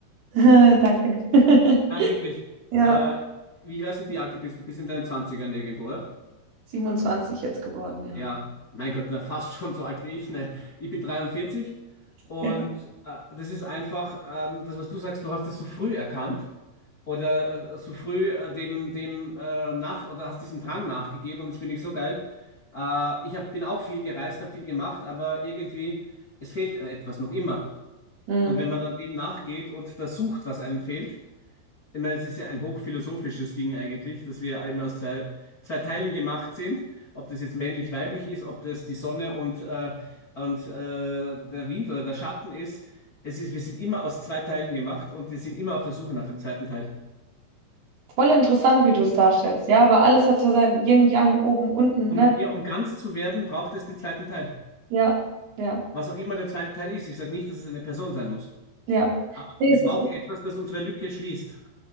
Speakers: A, on the right; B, on the left.
A: <laughs> Danke. <laughs>
B: Ja, wirklich.
A: Ja,
B: Äh, wie- ich weiß nicht, wie alt du bist. Du bist in deinen Zwanzigern irgendwo, oder?
A: 27 jetzt geworden, ja.
B: Ja, mein Gott, na, fast schon so alt wie ich. Ne? Ich bin 43 und
A: Ja.
B: äh, das ist einfach, ähm, das, was du sagst, du hast es so früh erkannt oder äh, so früh äh, dem, dem äh, nach oder hast diesem Drang nachgegeben und das finde ich so geil. Äh, ich hab, bin auch viel gereist, habe viel gemacht, aber irgendwie, es fehlt etwas noch immer.
A: Mhm.
B: Und wenn man dann dem nachgeht und das sucht, was einem fehlt, ich meine, es ist ja ein hochphilosophisches Ding eigentlich, dass wir eben aus zwei, zwei Teilen gemacht sind, ob das jetzt männlich-weiblich ist, ob das die Sonne und, äh, und äh, der Wind oder der Schatten ist. Es ist, wir sind immer aus zwei Teilen gemacht und wir sind immer auf der Suche nach dem zweiten Teil.
A: Voll interessant, wie du es darstellst. Ja, aber alles hat so sein Yin, Yang, oben, unten,
B: Um,
A: ne?
B: ja, um ganz zu werden, braucht es den zweiten Teil.
A: Ja, ja,
B: Was auch immer der zweite Teil ist. Ich sage nicht, dass es eine Person sein muss.
A: ja.
B: Aber
A: Nee,
B: wir
A: es
B: brauchen
A: ist,
B: etwas, das unsere Lücke schließt.